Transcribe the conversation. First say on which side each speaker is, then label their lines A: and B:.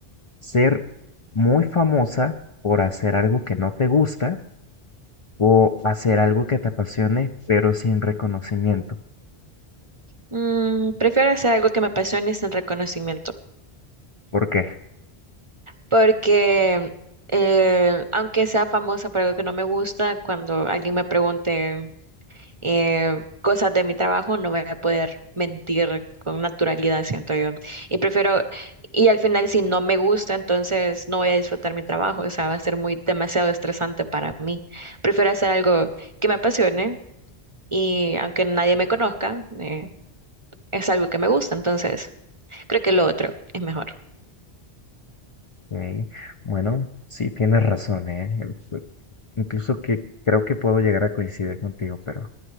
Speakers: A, on the left; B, on the right.
A: ser muy famosa por hacer algo que no te gusta o hacer algo que te apasione, pero sin reconocimiento.
B: Mm, prefiero hacer algo que me apasione sin reconocimiento,
A: ¿Por qué?
B: porque eh, aunque sea famosa por algo que no me gusta, cuando alguien me pregunte eh, cosas de mi trabajo, no voy a poder mentir con naturalidad, siento yo. Y prefiero, y al final si no me gusta, entonces no voy a disfrutar mi trabajo, o sea, va a ser muy demasiado estresante para mí. Prefiero hacer algo que me apasione y aunque nadie me conozca, eh, es algo que me gusta, entonces creo que lo otro es mejor.
A: Eh, Bueno, sí, tienes razón, ¿eh? Pu- Incluso que creo que puedo llegar a coincidir contigo, pero,